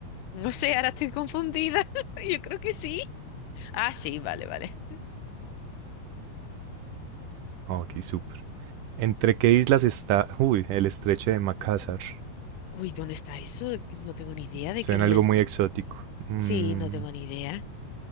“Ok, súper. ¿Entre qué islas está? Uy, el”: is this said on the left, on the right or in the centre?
Right